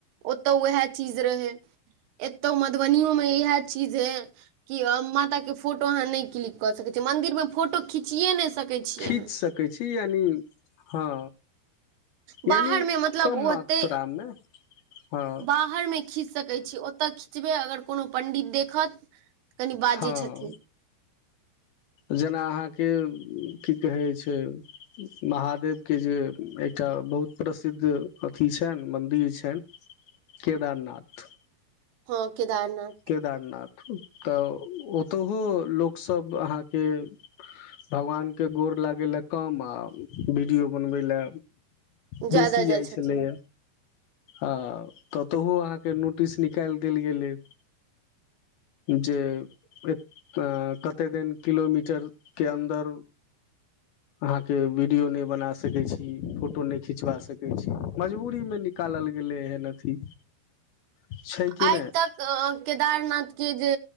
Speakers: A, on the right (about 75°); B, on the left (about 70°).
A: ओतौ उएह चीज रहै एतौ मधुबनो मे इएहे चीज हे कि माता के फोटो अहााँ नइ क्लिक कर सकै छी मंदिर मे फोटो खिचियए नइ सकै छियै
B: खींच
A: अहाँ
B: सकै छी यानि हँ
A: बाहर
B: यानि
A: मे मतलब
B: कम
A: ओ ओते
B: मात्रामे हँ
A: बाहर मे खिच सकै छी ओतऽ खिचबै अगर कोनो पंडित देखत कनि बाजै
B: हँ
A: छथिन
B: जेना अहाँ के की कहै छै महादेव के जे एकटा बहुत प्रसिद्ध अथी छै छनि मन्दिर छनि केदारनाथ
A: हँ केदारनाथ
B: केदारनाथ ओ ओतहो लोकसभ अहाके भगवान के गौर लागय ल कम हम आ वीडियो बनबै ल
A: ज्यादा
B: बेसी जाइत
A: जाइ छथिन
B: छलैए आ ततहु अहाँ के नोटिस निकालि देल गेलै जे केत कते दिन किलोमीटर के अन्दर अहा के वीडियो नै बना सक छी फोटो न खिचवा सक छी मजबूरी मे निकालल गेलइ गेलै एहन अथी छै कि
A: आइ
B: नहि
A: तक केदारनाथ के जे